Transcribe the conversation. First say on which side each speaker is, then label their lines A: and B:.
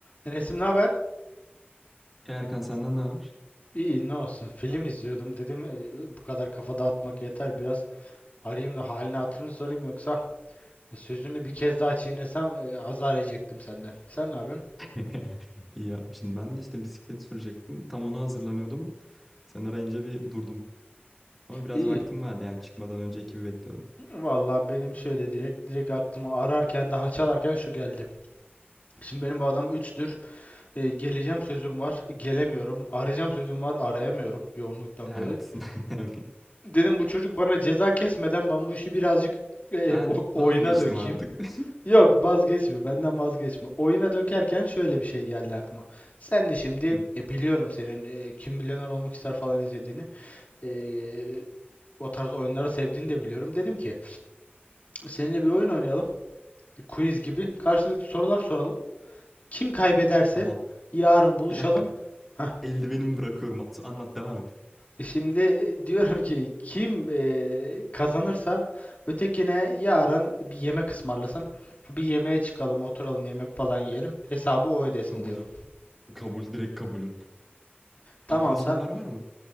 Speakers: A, on the left; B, in the centre.
A: Enes'im ne haber?
B: E, Erkan senden ne haber?
A: İyi ne olsun film izliyordum dedim e, bu kadar kafa dağıtmak yeter biraz arayayım da halini hatırını sorayım yoksa e, sözümü bir kez daha çiğnesem e, azar yiyecektim senden. Sen ne yapıyorsun?
B: <laughs> İyi yapmışsın. Ben de işte bisiklet sürecektim. Tam ona hazırlanıyordum. Sen arayınca bir durdum. Ama biraz
A: İyi
B: vaktim vardı yani çıkmadan önce ekibi bekliyordum.
A: Vallahi benim şöyle direkt direkt aklıma ararken daha çalarken şu geldi. Şimdi benim bu adam 3'tür E, geleceğim sözüm var gelemiyorum arayacağım sözüm var arayamıyorum yoğunluktan
B: Evet.
A: dolayı.
B: <laughs>
A: Dedim bu çocuk bana ceza kesmeden ben bu işi birazcık e,
B: Ben
A: o-
B: vazgeçtim
A: oyuna dökeyim.
B: artık. <laughs>
A: Yok vazgeçme. Benden vazgeçme. Oyuna dökerken şöyle bir şey geldi aklıma. Sen de şimdi
B: Hı,
A: e, biliyorum senin e, Kim Milyoner Olmak ister falan izlediğini. e, o tarz oyunları sevdiğini de biliyorum. Dedim ki seninle bir oyun oynayalım. E, quiz gibi. Karşılıklı sorular soralım. Kim kaybederse
B: Aha.
A: yarın buluşalım.
B: Bir dakika.
A: Hah.
B: Eldivenimi bırakıyorum. Anlat devam et.
A: E, Şimdi e, diyorum ki kim e, kazanırsa ötekine yarın bir yemek ısmarlasın. Bir yemeğe çıkalım, oturalım, yemek falan yiyelim. Hesabı o ödesin
B: Kabul.
A: diyorum.
B: Kabul. Direkt kabulüm.
A: Tamamsa.
B: Aklına sorular var mı?